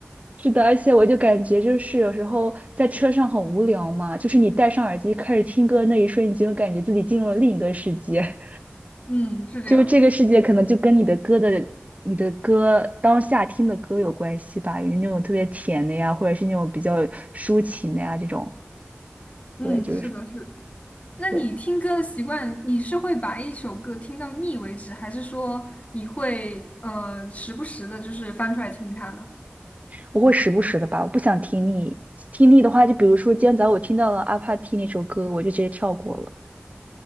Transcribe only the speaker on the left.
嗯，是这样的。
嗯，
是的，是的。那你听歌的习惯，
你是会把一首歌听到腻为止，还是说你会呃时不时的，就是翻出来听它呢？